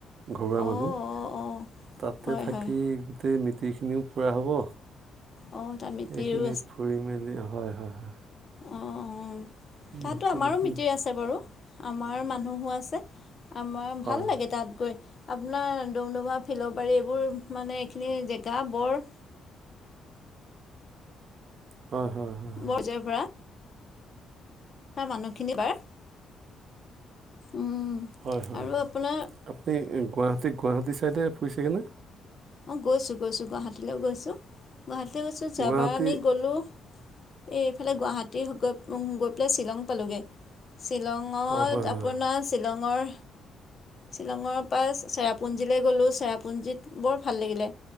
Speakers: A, on the right; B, on the left.
A: ঘৰুৱা
B: অঁ
A: মানুহ
B: অঁ অঁ
A: তাতে
B: হয়
A: থাকি
B: হয়
A: গোটেই মিএীখিনিও ফুৰা হ'ব
B: অঁ তাত মিতিৰো
A: এইখিনি ফুৰি মেলি হয় হয় হয়
B: অহ অহ
A: আমি
B: তাতো
A: সকলোখিনি
B: আমাৰো মিএীৰ আছে বাৰু আমাৰ মানুহো আছে আমাৰ
A: হয়
B: ভাল লাগে তাত গৈ আপোনাৰ ডুমডুমা ফিলবাৰী এইবোৰ মানে এইখিনি জেগা বৰ
A: হয় হয় হয়
B: বৰ পযাৰ্য পৰা তাৰ মানুহখিনি বাৰ উম
A: হয় হয়
B: আৰু আপোনাৰ
A: আপুনি গুৱাহাটী গুৱাহাটী চাইডে ফুৰিছেগেনে
B: অহ গৈছো গৈছো গুৱাহাটীলৈ গৈছো গুৱাহাটীলৈ গৈছো যোৱাবাৰ
A: গুৱাহাটী
B: আমি গ'লোঁ এই এইফালে গুৱাহাটী গৈ গৈ পেলাই শ্বিলং পালোগে শ্বিলঙত
A: অঁ হয়
B: আপোনাৰ
A: হয়
B: শ্বিলংৰ শ্বিলংৰ পৰা চেৰাপুঞ্জীলৈ গ'লোঁ চেৰাপুঞ্জীত বৰ ভাল লাগিলে